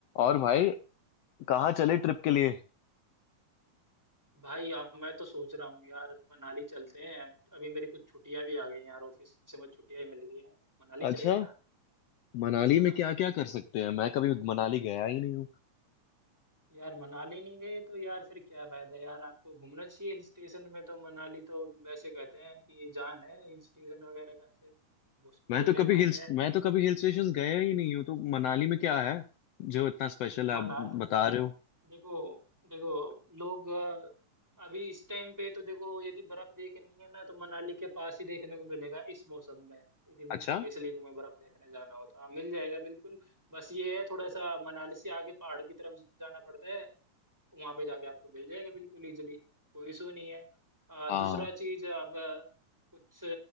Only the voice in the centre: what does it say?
भाई अब मैं तो सोच रहा हूँ यार मनाली चलते हैं अभी मेरी कुछ छुट्टियां भी आ गई हैं यार ऑफिस से मुझे छुट्टियां ही मिल गई हैं मनाली
चले क्या
हाँ
यार मनाली नहीं गए तो यार फिर क्या फायदा यार आपको घूमना चाहिए हिल स्टेशन में तो मनाली तो वैसे कहते हैं कि जान है हिल स्टेशन वगैरह का ऐसे बस बोलने
में आता
है
मनाल
देखो देखो लोग अ, अभी इस टाइम पे तो देखो यदि बर्फ देखनी है ना तो मनाली के पास ही देखने को मिलेगा इस मौसम में यदि
स्पेशली तुम्हें बर्फ देखने जाना हो तो हाँ मिल जाएगा बिल्कुल बस ये है थोड़ा सा मनाली से आगे पहाड़ की तरफ जाना पड़ता है वहां पे जाके आपको मिल जाएगा बिल्कुल इजिली कोई इशू नहीं है अ,
दूसरा चीज अब अ, कुछ